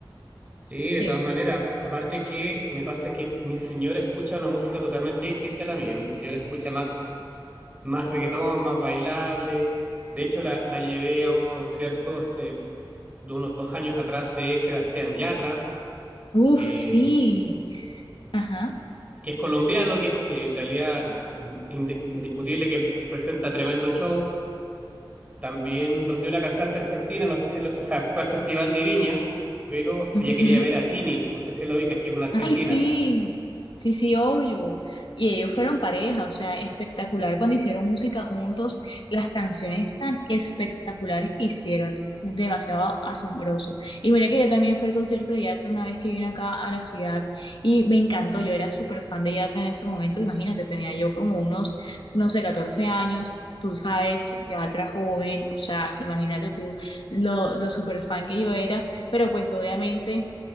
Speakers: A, on the right (about 15°); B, on the left (about 75°).
A: Sí, de
B: Sí.
A: todas maneras, aparte que me pasa que mi señora escucha una música totalmente distinta a la mía. Mi señora escucha más, más reggaetón, más bailable. De hecho, la, la llevé a un concierto hace de unos dos años atrás de Sebastián Yatra,
B: Uf,
A: eh,
B: sí. Ajá.
A: que es colombiano, que eh, en realidad eh, indis- indiscutible que presenta tremendo show. También donde una cantante argentina, no sé si, lo- o sea, fue al Festival de Viña, pero
B: Ujú.
A: ella quería ver a Tini, no sé si lo ubicas, que es una argentina.
B: Ay, sí, sí, sí, obvio. Y ellos fueron pareja, o sea, espectacular cuando hicieron música juntos, las canciones tan espectaculares que hicieron, demasiado asombroso. Y mira que yo también fui al concierto de Yatra una vez que vine acá a la ciudad y me encantó, yo era súper fan de Yatra en ese momento, imagínate, tenía yo como unos, no sé, 14 años. Tú sabes, Yatra joven, o sea, imagínate tú lo, lo súper fan que yo era, pero pues obviamente